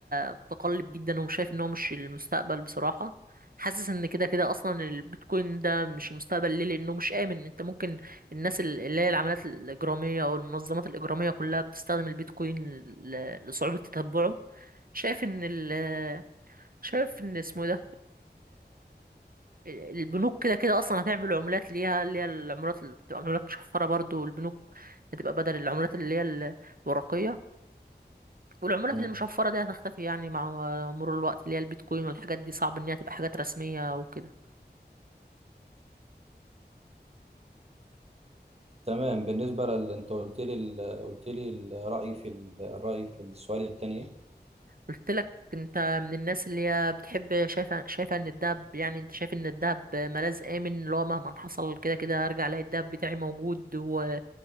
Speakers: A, on the right (about 55°); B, on the right (about 35°).
A: متقلب جدا ومش شايف ان هو مش المستقبل بصراحه حاسس ان كده كده اصلا البيتكوين ده مش المستقبل ليه لانه مش امن انت ممكن الناس ال- اللي هي العمليات الاجراميه او المنظمات الاجراميه كلها بتستخدم البيتكوين ل- لصعوبه تتبعه شايف ان ال شايف ان اسمه إيه ده البنوك كده كده اصلا هتعمل عملات ليها اللي هي العملات اللي بتبقى عملات مشفره برضو البنوك هتبقى بدل العملات اللي هي ال- الورقيه والعملات
B: مم.
A: المشفره دي هتختفي يعني مع مرور الوقت اللي هي البيتكوين والحاجات دي صعب ان هي تبقى حاجات رسميه وكده
B: تمام بالنسبة لل انت قلت لي ال... قلت لي الرأي في ال... الرأي في السؤال الثاني
A: قلت لك انت من الناس اللي هي بتحب شايفه شايفه ان الدهب يعني انت شايف ان الدهب ملاذ امن اللي هو مهما حصل كده كده هرجع الاقي الدهب بتاعي موجود و...